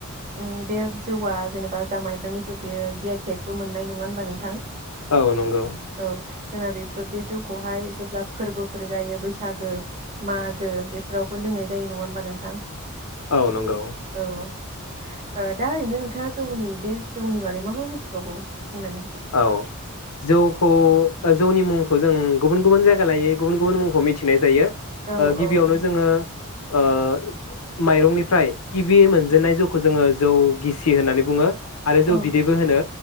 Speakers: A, on the right; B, on the left.
A: उम बे जौआ जेनेबा जा माइब्रानि जौ बेयो जि आइ टेकबो मोननाय नङा होनबा नोंथां।
B: औ नंगौ
A: औ जोंना बेफोर बे जौखौहाय जेब्ला फोरबोफोर जायो बैसागो मागो बेफोरावबो लोंनाय जायो नङा होनबा नोंथां।
B: औ नंगौ
A: औ ओ दा ओरैनो नोंथाङा जौनि बे जौनि बागै मा मा मिथिबावगौ बुंनानै होदो दे
B: औ जौखौ जौनि मुंखौ जों गुबुन गुबुन जायगा लायै गुबुन गुबुन मुंखौ मिथिनाय जायो।
A: औ
B: ओ गिबियावनो
A: औ औ
B: जोङो ओ माइरंनिफ्राय गिबियै मोनजेननाय जौखौ जोङो जौ गिसि होननानै बुङो। आरो जौ
A: औ
B: बिदैबो होनो